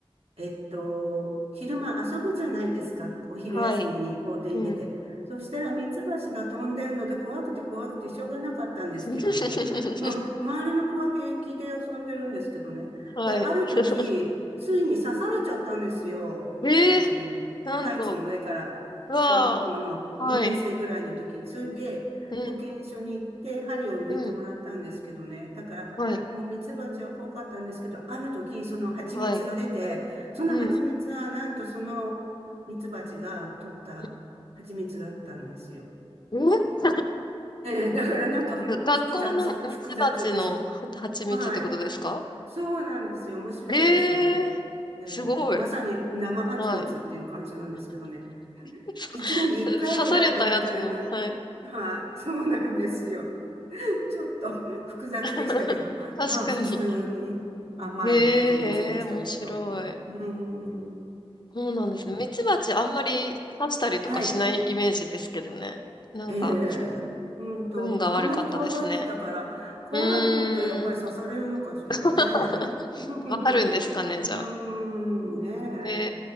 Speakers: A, on the right; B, on the left.
A: えっと、昼間遊ぶじゃないですか。お昼休みに校庭に出て。
B: はい。うん。
A: そしたらミツバチが飛んでるので怖くて怖くてしょうがなかったんですけどね。
B: <laughs>
A: もう周りの子は平気で遊んでるんですけどね。
B: はい。
A: で、ある時、
B: <laughs>
A: ついに刺されちゃったんですよ。ミツバチに。
B: ええ、なんと。
A: タイツの上から。
B: うわあ。
A: 小学校の2年生ぐらいの時に。
B: はい。
A: それで、
B: うん。
A: 保健所に行って針を抜いてもらったんですけどね。
B: うん。
A: だから、
B: はい。
A: もうミツバチは怖かったんですけど、ある時、その蜂蜜が出て、
B: はい。
A: その蜂蜜は、
B: うん。
A: なんとその蜜蜂が取った蜂蜜だったんですよ。
B: うん。え
A: ええ、<laughs> だからなんかふ複雑、
B: ゆ学校のミツバチのは蜂蜜ってことですか
A: 複雑でした。はい。そうなんですよ。面白いでしょう。
B: ええー、
A: ええ、
B: すごい。
A: まさに生蜂蜜っていう感じなんですけどね。
B: はい。<laughs>
A: 一年に一回ぐらい出てたような、
B: 刺されたやつの、はい。
A: はい。そうなんですよ。ちょっと <laughs> 複雑でしたけど、
B: <laughs> 確かに。
A: まあ普通に甘い蜂蜜でしたけど。
B: ええー、面白い。
A: うん。
B: そうなんですね。ミツバチあんまり刺したりとかしないイメージですけどね。
A: はい。
B: なんか、
A: ええ、ほんと。
B: 運が悪かったですね。
A: あんまり怖がってたから、怖がってるとやっぱり刺されるのかしらね。
B: うーん。<laughs>
A: <laughs> うーん、
B: わかるんですかね、じゃあ。
A: ね
B: え